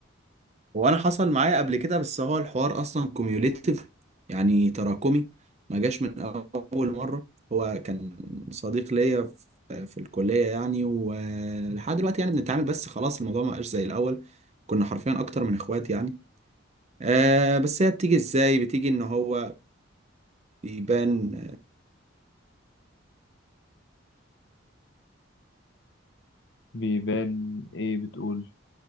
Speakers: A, on the right; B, on the left.
A: هو انا حصل معايا قبل كده بس هو الحوار اصلا كوميوليتيف يعني تراكمي ما جاش من اول مره هو كان صديق ليا في في الكليه يعني ولحد دلوقتي يعني بنتعامل بس خلاص الموضوع ما بقاش زي الاول كنا حرفيا اكتر من اخوات يعني آه بس هي بتيجي ازاي بتيجي ان هو بيبان
B: بيبان ايه بتقول